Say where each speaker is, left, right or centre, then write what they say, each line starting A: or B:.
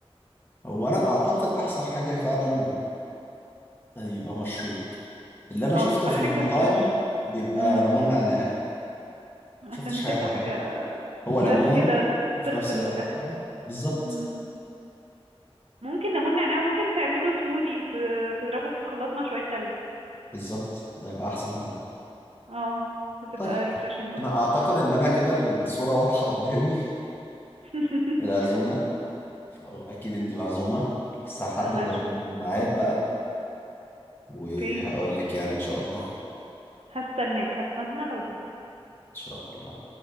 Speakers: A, on the left; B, on the right.
A: هو انا اعتقد احسن حاجه فعلا آه، يبقى مشروب اللي انا
B: اه
A: شفته
B: تبقى
A: في
B: حاجة
A: المطاعم
B: فريش
A: بيبقى
B: امم
A: ليمون نعناع
B: عشان
A: شفتش حاجه
B: تبقى
A: تانية
B: حاجة
A: هو ليمون
B: فريش كده
A: وفي
B: تغسل
A: نفس الوقت
B: اللي بيحصل
A: اه بالظبط
B: امم ممكن ليمون نعناع وممكن تعمله سموذي وتضربه في الخلاط مع شوية تلج
A: بالظبط ده يبقى احسن طبعا
B: اه هتبقى
A: طيب
B: ريفرشنج وحلو
A: انا اعتقد ان انا كده الصوره واضحه قدامي
B: <laughs>
A: <laughs> العزومه او اكيد انت معزومه بس هحدد
B: لا هشوف
A: الميعاد بقى وهقول
B: اوكي
A: لك يعني ان شاء الله ان
B: هستناك هستنى العزومة
A: شاء الله